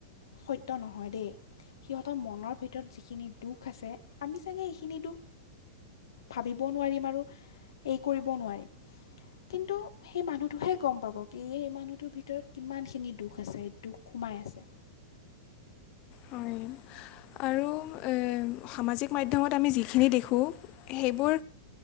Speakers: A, on the left; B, on the left.
A: সত্য নহয় দেই সিহঁতৰ মনৰ ভিতৰত যিখিনি দুখ আছে আমি চাগে এইখিনি দুখ ভাবিব নোৱাৰিম আৰু এই কৰিব নোৱাৰিম কিন্তু সেই মানুহটোোহে গম পাব কি এই মান <unintelligible> ভিতৰত কিমানখিনি দুখ আছে, দুখ সোমাই আছে।
B: হয়, আৰু এ সামাজিক মাধ্যমত আমি যিখিনি দেখোঁ, সেইবোৰ